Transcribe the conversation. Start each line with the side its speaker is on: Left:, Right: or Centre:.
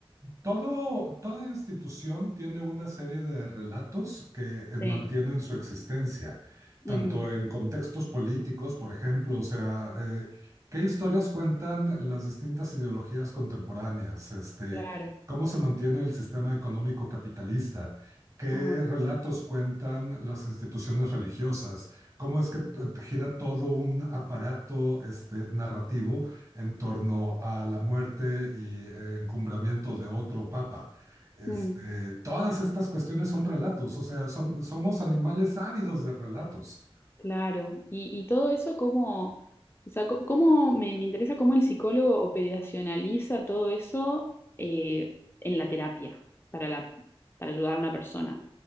Right: Todo, toda institución tiene una serie de relatos que eh,
Left: Sí.
Right: mantienen su existencia, tanto
Left: Ujú,
Right: en contextos políticos, por ejemplo, o sea, eh, qué historias cuentan las distintas ideologías contemporáneas, este,
Left: claro.
Right: cómo se mantiene el sistema económico capitalista, qué
Left: Ajá.
Right: relatos cuentan las instituciones religiosas, cómo es que eh, gira todo un aparato, este, narrativo en torno a la muerte y eh, encumbramiento de otro papa. Este,
Left: Mm,
Right: todas estas cuestiones son relatos, o sea, som- somos animales ávidos de relatos.
Left: claro. Y, y todo eso, ¿cómo, o sea, co- cómo me, me interesa cómo el psicólogo operacionaliza todo eso eh, en la terapia para la, para ayudar a una persona?